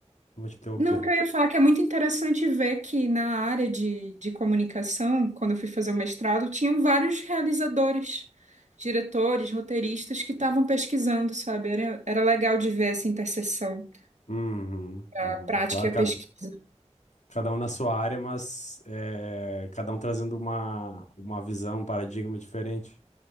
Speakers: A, on the left; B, on the right.
A: não vou te interromper.
B: Não, o que eu ia falar é que é muito interessante ver que na área de, de comunicação, quando eu fui fazer o mestrado, tinham vários realizadores, diretores, roteiristas que estavam pesquisando, sabe? Era, era legal de ver essa interseção,
A: Uhum,
B: a
A: uhum.
B: prática
A: Claro,
B: e a pesquisa.
A: Cada um na sua área, mas é, cada um trazendo uma, uma visão, um paradigma diferente.